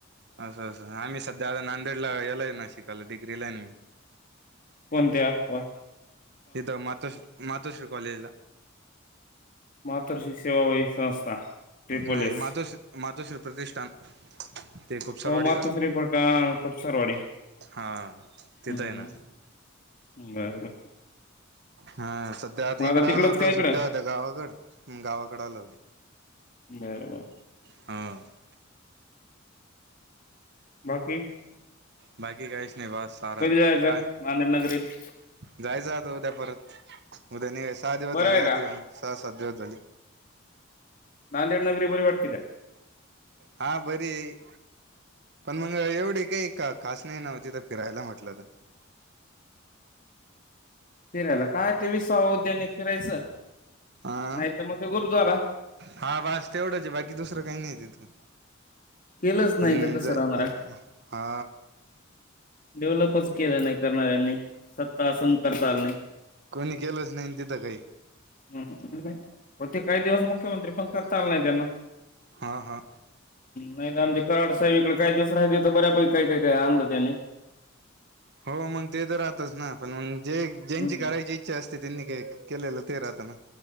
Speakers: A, on the right; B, on the left.
A: असं असं.. आम्ही सध्या आता नांदेडला... येलाय ना शिकायला... डिग्रीला ए नं मी.
B: कोणत्या... कोण?
A: तिथं मातोश्री... मातोश्री कॉलेजला
B: मातर्श्री सेवाभावी संस्था ट्रिपल
A: नाही
B: एस.
A: मातोश्री मातोश्री प्रतिष्ठान. ते खुपसरवाडीच
B: हो मातोश्री फळट खूप सरवाडी
A: हा तिथं
B: हम
A: आहे ना
B: ह बरं
A: हा सध्या आधी
B: मग आता
A: इकड आलो
B: तिकडच
A: होत
B: का इकडं
A: सुट्ट्या होत्या गावाकड, गावाकड आलो होतो.
B: बर बर
A: ह
B: बाकी
A: बाकी काहीच नाही बस आराम
B: कधी जायचं
A: काय
B: नांदेड नगरीत
A: जायचं आत उद्या परत उद्या नाही सहा दिवस
B: बरं
A: झाले
B: आहे
A: आता
B: का
A: येऊन सहा, सात दिवस झाले
B: नांदेड नगरी बरी वाटते का?
A: हा बरीय पण मग एवढी काही खास नाही नव्हतीथ फिरायला म्हटलं तर
B: फिरायला काय ते विसावा उद्यानेत फिरायचं
A: हा
B: नाहीतर मग गुरुद्वारा
A: हा बास तेवढाच आहे बाकी दुसरा काही नाही तिकड
B: केलंच नाही
A: हम्म
B: तर कसं
A: जा
B: राहणार आहे
A: हा
B: डेव्हलपच केलं नाही करणाऱ्यांनी सत्ता असून करता आल नाही.
A: कोणी केलंच नाही तिथं काही.
B: ह होते काही दिवस मुख्यमंत्री पण करता आल नाही त्यांना.
A: हा हा.
B: नाही आमचे कराड साहेब इकडे काय दिवस राहिले ते तर बऱ्यापैकी काही काय, काय आणलं त्यांनी.
A: हो मग ते तर राहतच ना पण मग जे ज्यांची
B: हम्म
A: करायची असते त्यांनी काय केलेलं ते राहतना